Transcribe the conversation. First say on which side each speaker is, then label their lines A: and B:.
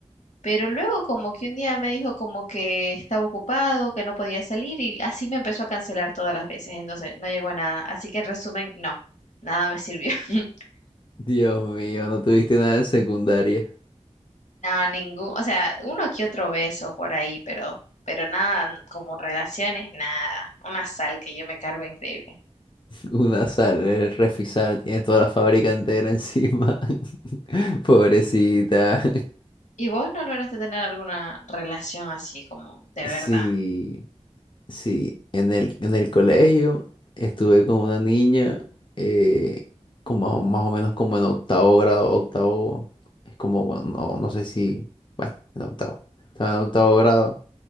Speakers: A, on the left (about 80°); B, on the left (about 40°).
A: pero luego como que un día me dijo como que estaba ocupado, que no podía salir y así me empezó a cancelar todas las veces, entonces no llegó a nada. Así que en resumen, no, nada me sirvió. <laughs>
B: Dios mío, no tuviste nada en secundaria.
A: No, ningún, o sea, uno que otro beso por ahí, pero, pero nada, n- como relaciones, nada. Una sal que yo me cargo increíble.
B: Una sal, el refisar, tienes toda la fábrica entera encima. <laughs> Pobrecita.
A: ¿Y vos no lograste tener alguna relación así como
B: <laughs>
A: de
B: Sí.
A: verdad?
B: Sí, en el, en el colegio estuve con una niña, eh, con más, o más o menos como en octavo grado, octavo, es como, bueno, no, no sé si, bueno, en octavo, estaba en octavo grado